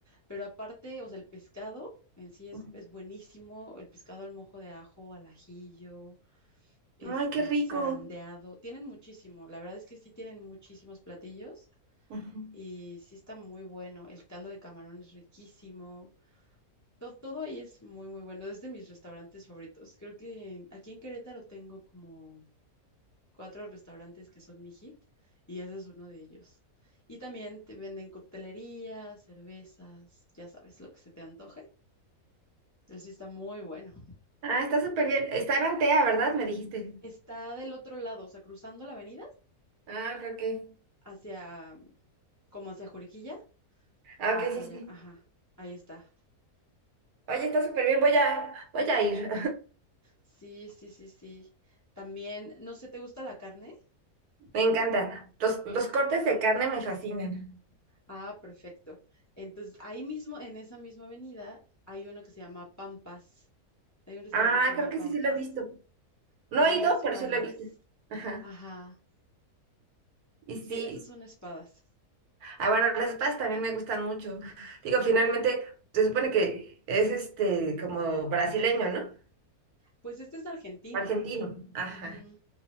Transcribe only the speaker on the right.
<laughs>
Ay, qué rico.
Ujú.
Ah, está súper bien. Está en Antea, ¿verdad? Me dijiste.
Ah, ok, ok.
Ah,
ok, sí,
sí.
Oye, está súper bien. Voy a, voy a ir.
<laughs> Me encanta. Los, los cortes de carne me fascinan.
Ah,
creo que
sí, sí lo he visto. No
he ido,
pero sí lo he visto. Ajá.
Y
sí.
Ah, bueno, las espadas también me gustan mucho. Digo, finalmente, se supone que es este como brasileño, ¿no?
Argentino. Ajá.